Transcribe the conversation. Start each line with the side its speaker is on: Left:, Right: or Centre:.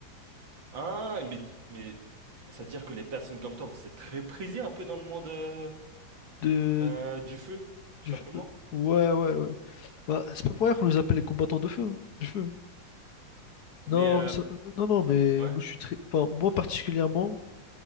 Right: Ah, mais, mais, c'est-à-dire que les personnes comme toi, vous êtes très prisées un peu dans le monde, euh,
Left: De...
Right: euh, du feu, tout
Left: du-
Right: simplement?
Left: euh, Ouais, ouais, ouais. Bah, c'est pas pour rien qu'on nous appelle les combattants de feu, hein, du feu. hein. Non,
Right: Mais euh,
Left: ça- non, non, mais
Right: ouais,
Left: moi je suis très... Enfin, moi particulièrement,